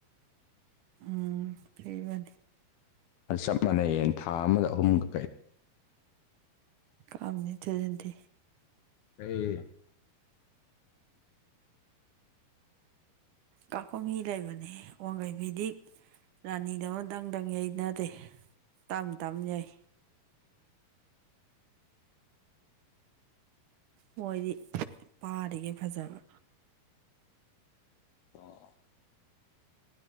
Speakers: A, on the right; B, on the left.
A: ꯎꯝ ꯐꯕꯅꯤ
B: ꯑꯗꯨ ꯆꯞ ꯃꯥꯟꯅꯩꯌꯦ ꯊꯥ ꯑꯃꯗ ꯑꯍꯨꯝꯒ ꯀꯩ
A: ꯀꯥꯝꯅꯤ ꯏ ꯆꯖꯗꯤ
B: ꯑꯦ <inaudible>
A: ꯀꯥꯈꯨꯝ ꯃꯤ ꯂꯩꯕꯅꯦ ꯋꯥꯡꯈꯩ ꯐꯤꯗꯤꯛ ꯔꯥꯅꯤꯗꯧꯅ ꯗꯪ-ꯗꯪ ꯌꯩꯅꯗꯦ ꯇꯝ ꯇꯝ ꯌꯩ ꯃꯣꯏꯗꯤ ꯄꯥꯔꯤꯒꯦ ꯐꯖꯕ
B: ꯑꯣ